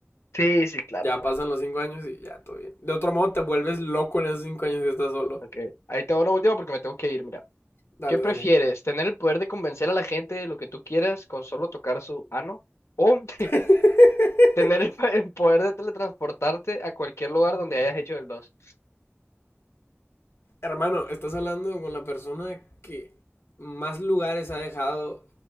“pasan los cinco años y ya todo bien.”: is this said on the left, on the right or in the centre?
Left